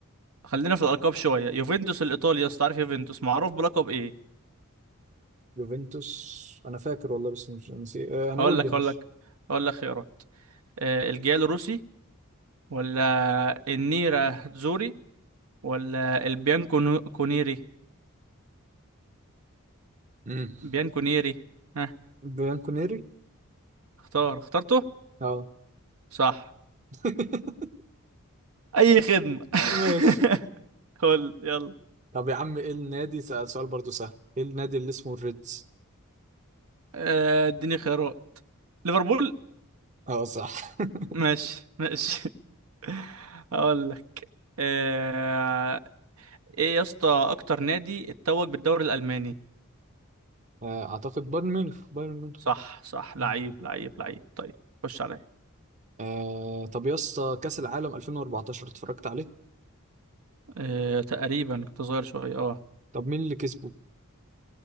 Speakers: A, on the right; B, on the right.
A: خلينا في الالقاب شويه يوفنتوس الايطالي يا اسطى عارف يوفنتوس معروف بلقب ايه
B: يوفنتوس انا فاكر والله بس مش نسي آه، يعني
A: هقول
B: قول
A: لك
B: لي مش
A: هقول لك هقول لك خيارات آه، الجيال الروسي ولا النيرة زوري ولا البيان كونو- كونيري
B: امم
A: بيان كونيري ها
B: <laughs> بيان كونيري
A: اختار اخترته
B: اه
A: صح
B: <laughs>
A: اي خدمة <laughs>
B: ماشي
A: قول يلا
B: طب يا عم ايه النادي سأل سؤال برضو سهل ايه النادي اللي اسمه الريدز
A: آه، اديني خيارات ليفربول
B: اه صح <laughs>
A: ماشي ماشي <laughs> هقول لك آه، ايه يا اسطى اكتر نادي اتوج بالدوري الالماني
B: آه، اعتقد بايرن ميونخ بايرن ميونخ
A: صح صح
B: مم.
A: لعيب لعيب لعيب طيب خش عليا
B: آه طب يا اسطى كأس العالم 2014 اتفرجت عليه
A: آه، تقريبا كنت صغير شوية اه
B: طب مين اللي كسبه